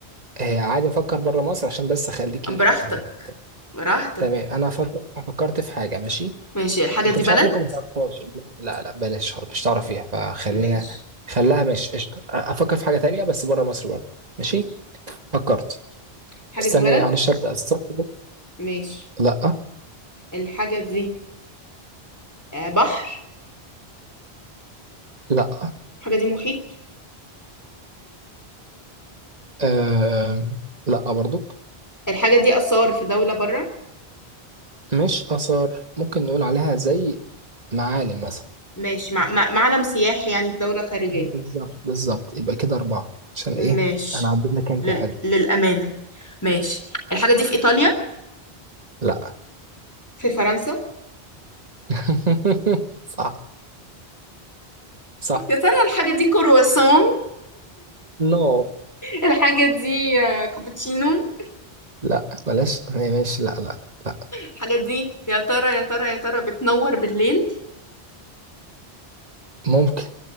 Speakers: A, on the right; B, on the left.
A: آه عادي افكر بره مصر عشان بس اخليكي
B: براحتك
A: يعني
B: براحتك
A: تمام انا فكرت فكرت في حاجة ماشي
B: ماشي الحاجة
A: انت
B: دي
A: مش
B: بلد
A: عارف ممكن ما تعرفهاش لا لا بلاش خالص مش تعرفيها فخلينا
B: ماشي
A: خليها ماشي قشطة. افكر في حاجة تانية بس بره مصر برضه ماشي
B: ماشي
A: فكرت
B: الحاجة
A: استني
B: دي بلد
A: معلش ابدا استنى
B: ماشي
A: لا
B: الحاجة دي آه، بحر
A: لا
B: الحاجة دي محيط
A: آه لا برضو
B: الحاجة دي آثار في دولة برا
A: مش اثار ممكن نقول عليها زي معالم مثلا
B: ماشي مع... مع... معلم سياحي يعني في دولة خارجية
A: بالظبط بالظبط يبقى كده أربعة عشان إيه
B: ماشي
A: أنا عديت لك أنت
B: لل...
A: حلو
B: للأمانة ماشي الحاجة دي في إيطاليا
A: لا
B: في فرنسا
A: <laughs> صح صح
B: يا ترى الحاجة دي كرواسون
A: نو
B: الحاجة دي آه، كابتشينو
A: لا بلاش هي ماشي لا لا لا
B: الحاجة دي يا ترى يا ترى يا ترى بتنور بالليل
A: ممكن